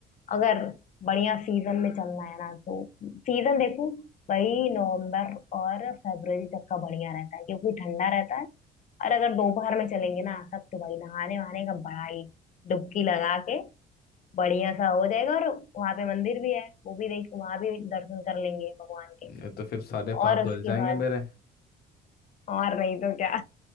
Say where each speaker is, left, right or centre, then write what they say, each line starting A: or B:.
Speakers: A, on the left; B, on the left.
A: अगर बढ़िया सीजन में चलना है ना तो सीजन देखो भाई नवंबर और फरवरी तक का बढ़िया रहता है क्योंकि ठंडा रहता है और अगर दोपहर में चलेंगे ना तब तो भाई नहाने वहाने का बड़ा ही डुबकी लगा के बढ़िया सा हो जाएगा और वहां पे मंदिर भी है वो भी देख वहां भी दर्शन कर लेंगे भगवान के
B: ये तो फिर सारे पाप
A: और
B: धुल
A: उसके
B: जाएंगे
A: बाद
B: मेरे
A: और नहीं तो क्या